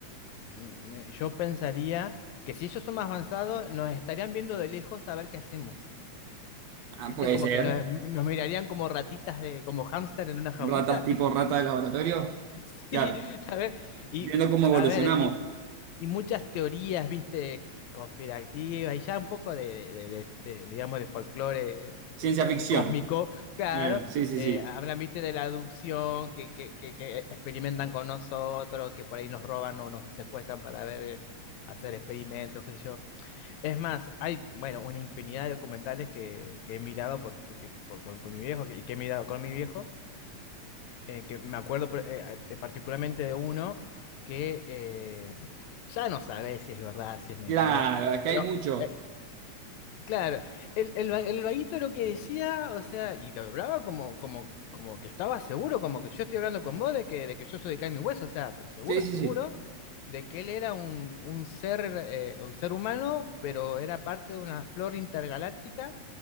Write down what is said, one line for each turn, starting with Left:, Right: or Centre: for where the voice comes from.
Left: me- yo pensaría que si ellos son más avanzados, nos estarían viendo de lejos a ver qué hacemos.
Right: Ah,
Left: ¿Viste?
Right: puede
Left: Como
Right: ser.
Left: que nos, nos mirarían como ratitas de, como hámster en una jaulita.
Right: Ratas tipo
Left: <laughs>
Right: rata de laboratorio.
Left: Sí,
Right: Claro.
Left: a ver, y
Right: Viendo cómo evolucionamos.
Left: a ver, y y muchas teorías, viste, conspirativas y ya un poco de, de- de- de, digamos, de folclore eh,
Right: Ciencia
Left: eh,
Right: ficción.
Left: eh, cósmico, claro,
Right: Claro, sí, sí,
Left: eh,
Right: sí.
Left: hablan, viste, de la adopción que, que, que, que experimentan con nosotros, que por ahí nos roban o nos secuestran para ver, eh, hacer experimentos, qué sé yo. Es más, hay, bueno, una infinidad de documentales que, que he mirado por, porque, por, por- con mi viejo y que he mirado con mi viejo eh, que me acuerdo eh, eh, particularmente de uno que eh, ya no sabe si es verdad, si es mentira,
Right: Claro, es que
Left: pero
Right: hay mucho.
Left: eh, claro, el, el, va- el vaguito lo que decía, o sea, y lo hablaba como, como, como que estaba seguro, como que yo estoy hablando con vos de que, de que yo soy de carne y hueso, o sea, pero seguro,
Right: Sí, sí,
Left: seguro
Right: sí.
Left: de que él era un, un ser, eh, un ser humano, pero era parte de una flor intergaláctica